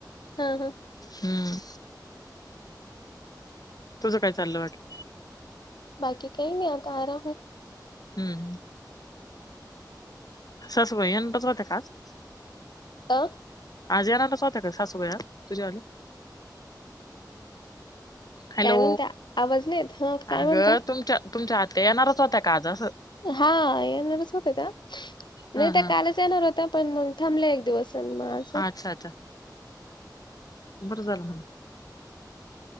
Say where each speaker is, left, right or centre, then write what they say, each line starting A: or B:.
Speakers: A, on the left; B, on the left.
A: हा हा.
B: हम्म तुझ काय चाललं बाकी.
A: बाकी काही नाही आता आराम हे.
B: हम्म. सासुबाई. <unintelligible>
A: अ
B: आज येणार होत्या का सासूबाई आ तुझी आली. हॅलो
A: काय म्हणता आवाज नाहीेत हा काय
B: अगं
A: म्हणता
B: तुमच्या तुमच्या आत्या येणारच होता का आज असं.
A: हा येणारच होत्या त्या. नाही
B: हा
A: तर
B: हा
A: कालच येणार होत्या पण मग थांबले एक दिवस मग आज.
B: अच्छा अच्छा बरं झालं ना.